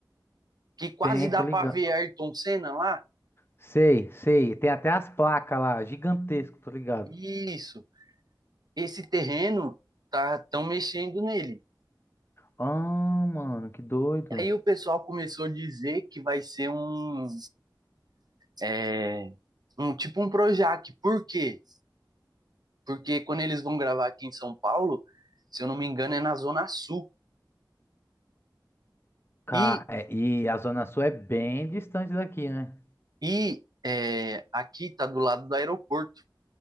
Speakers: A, on the right; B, on the left.
A: que quase
B: Tem,
A: dá
B: tô ligado.
A: para ver Ayrton Senna lá?
B: Sei, sei. Tem até as placas lá, gigantesco, tô ligado.
A: Isso. Esse terreno tá tão mexendo nele.
B: Ah, mano, que doido.
A: E aí o pessoal começou a dizer que vai ser um é, um tipo um Projac. Por quê? Porque quando eles vão gravar aqui em São Paulo, se eu não me engano, é na Zona Sul.
B: Ca-
A: E
B: é, E a Zona Sul é bem distante daqui, né?
A: e é, aqui tá do lado do aeroporto.